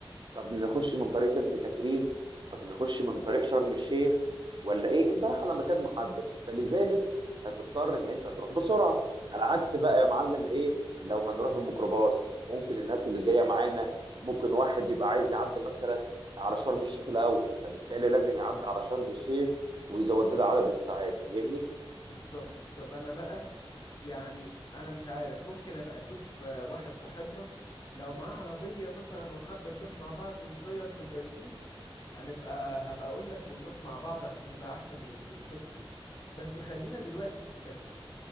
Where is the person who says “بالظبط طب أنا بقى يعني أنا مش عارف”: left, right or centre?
Left